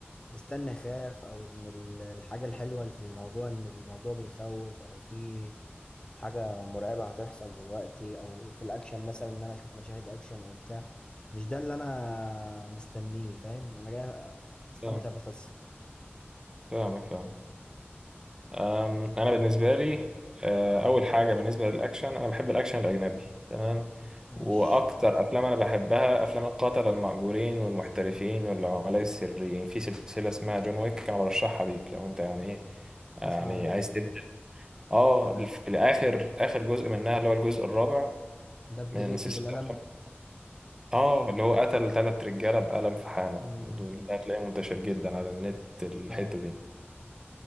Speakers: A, on the left; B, on the right.
A: مستني اخاف او ان ال- الحاجة الحلوة اللي في الموضوع ان الموضوع بيخوف او في حاجة مرعبة هتحصل دلوقتي أو في الأكشن مثلا إن أنا أشوف مشاهد أكشن أو بتاع مش ده اللي أنا مستنيه فاهم أنا جاي أستمتع
B: فاهمك
A: بقصة
B: فاهمك فاهم أم، انا بالنسبة لي آه، اول حاجة بالنسبة للاكشن انا بحب الاكشن الاجنبي تمام
A: ماشي
B: واكتر افلام انا بحبها افلام القتلة المأجورين والمحترفين والعملاء السريين في سلسلة اسمها جون ويك انا برشحها ليك لو انت يعني ايه يعني
A: اسمع عنه
B: عايز تبدأ اه الف- الاخر اخر جزء منها اللي هو الجزء الرابع
A: ده اللي
B: من
A: بيقتل
B: سلسلة
A: بالقلم
B: اه اللي هو قتل تلات رجالة بقلم في حانة
A: امم
B: ده هتلاقيه منتشر جدا على النت الحتة
A: اه
B: دي